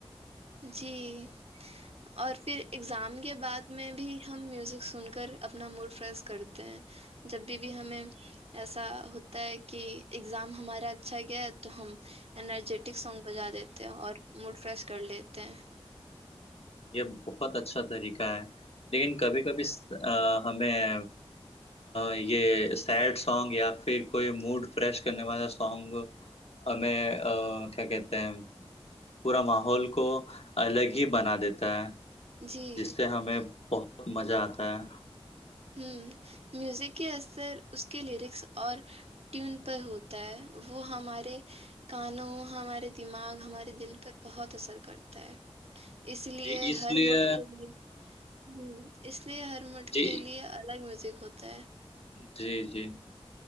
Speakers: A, on the right (about 75°); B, on the left (about 75°).
A: جی اور پھر ایگزام کے بعد میں بھی ہم میوزک سن کر اپنا موڈ فریش کرتے ہیں جب بھی بھی ہمیں ایسا ہوتا ہے کہ اگزام ہمارا اچھا گیا تو ہم انرجیٹک سونگ بجا دیتے ہیں اور موڈ فریش کر لیتے ہیں
B: یہ بہت اچھا طریقہ ہے لیکن کبھی کبھی ہمیں یہ سیڈ سانگ یا پھر کوئی موڈ فریش کرنے والا سانگ ہمیں کیا کہتے ہیں پورا ماحول کو الگ ہی بنا دیتا ہے
A: جی
B: جس سے ہمیں بہت مزہ آتا ہے
A: ہوں میوزک کے اثر اس کے لیرکس اور ٹیون پر ہوتا ہے وہ ہمارے کانوں ہمارے دماغ ہمارے دل پر بہت اثر کرتا ہے اس لیے
B: جی اس
A: ہر
B: لیے
A: موڈ کے لیے ہ اس لیے ہر مٹھ
B: جی
A: کے لیے الگ میوزک ہوتا ہے
B: جی جی